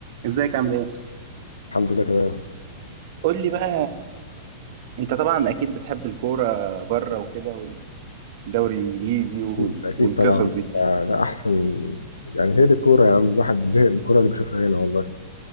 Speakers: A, on the right; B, on the left.
A: ازيك عامل ايه؟
B: الحمد لله تمام
A: قول لي بقى انت طبعا اكيد بتحب الكوره بره وكده والدوري الانجليزي وال...
B: اكيد اكيد
A: والقصص
B: طبعا
A: دي
B: ده ده احسن يعني هي دي الكوره يا عم الواحد زهق من الكوره اللي بيشوفها هنا والله